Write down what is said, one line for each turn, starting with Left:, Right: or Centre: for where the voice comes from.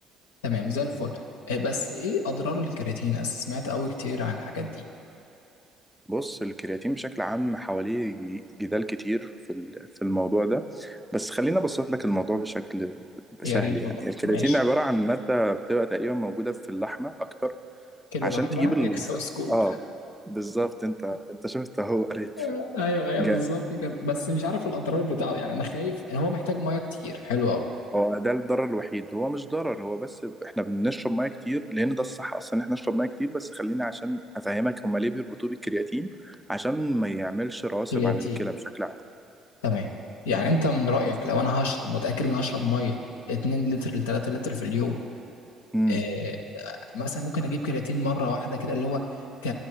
Left: تمام زي الفل إيه بس ايه اضرار الكرياتين أنا سمعت قوي كتير عن الحاجات دي
Centre: بص الكرياتين بشكل عام حواليه ج- جدال كتير في ال- في الموضوع ده بس خليني ابسط لك الموضوع بشكل سهل
Left: يا ريت
Centre: يعني
Left: والله
Centre: الكرياتين
Left: ماشي
Centre: عبارة عن مادة بتبقى تقريبا موجودة في اللحمة اكتر
Left: كيلو
Centre: عشان
Left: لحمه
Centre: تجيب ال...
Left: يكسو سكوب
Centre: اه بالظبط انت انت شفت اهو قريت
Left: <laughs> ايوه ايوه
Centre: جامد
Left: بالظبط كده بس مش عارف الاضرار بتاعه يعني انا خايف ان هو محتاج ميه كتير حلو قوي
Centre: هو ده الضرر الوحيد هو مش ضرر هو بس احنا بنشرب ميه كتير لان ده الصح اصلا ان احنا نشرب ميه كتير بس خليني عشان افهمك هما ليه بيربطوه بالكرياتين عشان ما يعملش رواسب
Left: كرياتين
Centre: على الكلى بشكل عام
Left: تمام يعني انت من رأيك لو انا هشرب متأكد ان انا هشرب ميه 2 لتر ل 3 لتر في اليوم
Centre: امم
Left: آه مثلا ممكن اجيب كرياتين مره واحده كده اللي هو ك